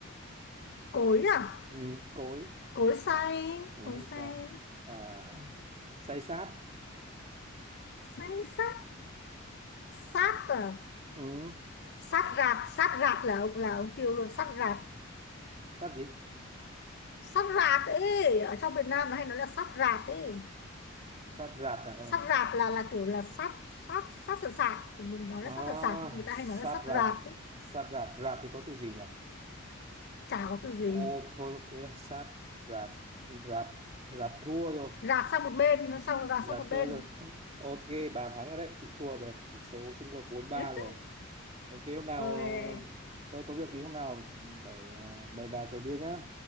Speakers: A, on the left; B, on the right.
A: cối à
B: ừ, cối
A: cối xay
B: Nhớ
A: cối
B: hay sao?
A: xay
B: À, Ừ. say sát.
A: xay sát sát à
B: Ừ,
A: sát rạt sát rạt là ông là ông tiêu luôn sát rạt
B: sát gì?
A: sát rạt ấy ở trong Việt Nam nó hay nói là sát rạt ấy
B: Sát rạt à? Ừ.
A: sát rạt là là kiểu là sát sát sát sạt sạt mình nói
B: À,
A: là sát sạt sạt người ta
B: sát
A: hay nói là sát
B: rạt.
A: rạt ấy.
B: Sát rạt. Rạt thì có từ gì nhỉ?
A: chả có từ gì
B: Ô, thôi, cái đó sát rạt. Rạt. Rạt thua rồi.
A: rạt sang một bên nó xong rạt
B: Rạt
A: sang một
B: thua
A: bên
B: rồi. <laughs> Ok, bà thắng rồi đấy. Chị thua rồi. Tỷ số Trung Quốc bốn ba
A: <laughs>
B: rồi. Ok, hôm nào
A: ok
B: ờ, tôi có việc thì hôm nào phải ờ, mời bà chầu bia nhá.